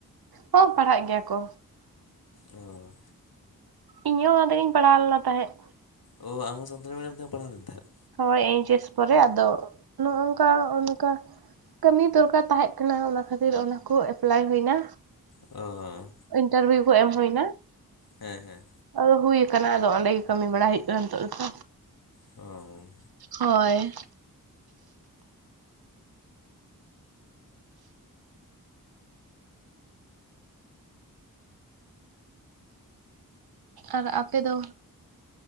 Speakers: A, on the right; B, on the left.
A: ᱦᱚᱸ ᱯᱟᱲᱦᱟᱜ ᱜᱮᱭᱟ ᱠᱚ
B: ᱚᱻ
A: ᱤᱧᱦᱚᱸ ᱚᱱᱟ ᱛᱮᱜᱤᱧ ᱯᱟᱲᱦᱟᱣ ᱞᱮᱱᱟ ᱛᱟᱦᱮᱸᱜ
B: ᱚ ᱟᱢ ᱦᱚᱸ ᱥᱟᱱᱛᱟᱞᱤ ᱢᱤᱰᱭᱟᱹᱢ ᱛᱮᱜᱮᱢ ᱯᱟᱲᱦᱟᱣ ᱞᱮᱱ ᱛᱟᱦᱮᱸᱫ?
A: ᱦᱚᱭ ᱮᱭᱤᱪ ᱮᱥ ᱯᱚᱨᱮ ᱟᱫᱚ ᱱᱚᱜᱼᱱᱚᱝᱠᱟ ᱚᱱ ᱚᱝᱠᱟ ᱠᱟᱹᱢᱤ ᱫᱚᱨᱠᱟᱨ ᱛᱟᱦᱮᱸᱜ ᱠᱟᱱᱟ ᱚᱱᱟ ᱠᱷᱟᱹᱛᱤᱨ ᱚᱱᱟ ᱠᱚ ᱮᱯᱞᱟᱭ ᱦᱩᱭᱱᱟ
B: ᱚᱻ
A: ᱤᱱᱴᱟᱨᱵᱤᱣᱩ ᱠᱚ ᱮᱢ ᱦᱩᱭᱱᱟ
B: ᱦᱮᱸ ᱦᱮᱸ
A: ᱟᱫᱚ ᱦᱩᱭ ᱟᱠᱟᱱᱟ ᱟᱫᱚ ᱚᱸᱰᱮ ᱜᱮ ᱠᱟᱹᱢᱤ ᱵᱟᱲᱟ ᱦᱩᱭᱩᱜᱼᱠᱟᱱᱟ ᱱᱤᱛᱚᱜ ᱫᱚᱛᱚ
B: ᱚᱻ
A: ᱦᱚᱭ ᱟᱨ ᱟᱯᱮ ᱫᱚ?